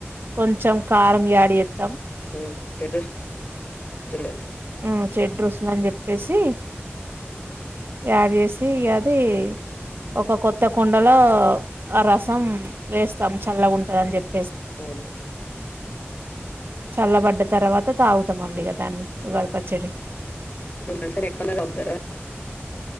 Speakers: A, on the right; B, on the left.
A: కొంచెం కారం యాడు ఏత్తం
B: <inaudible>
A: ఊ చెడ్ రుసులు అని చెప్పేసి యాడ్ చేసి అది ఒక కొత్త కుండలో ఆ రసం వేస్తాం చల్ల గుంటంది అని చెప్
B: <inaudible>
A: చల్లబడ్డ తర్వాత తాగుతమండి ఇగ దాన్ని ఉగాది పచ్చడి
B: <inaudible> ఎక్కువనే తాగుతారా